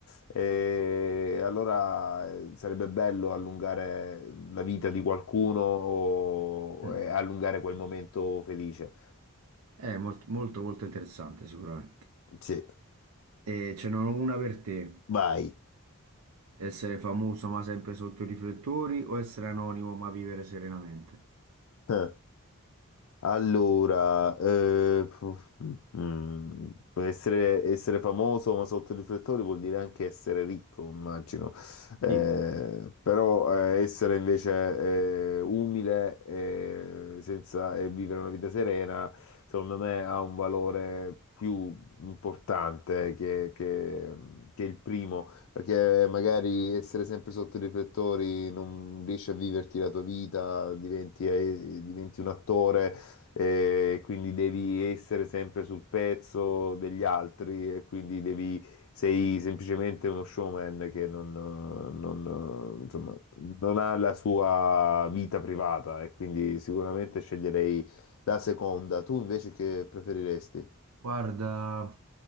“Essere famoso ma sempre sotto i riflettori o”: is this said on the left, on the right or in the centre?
Right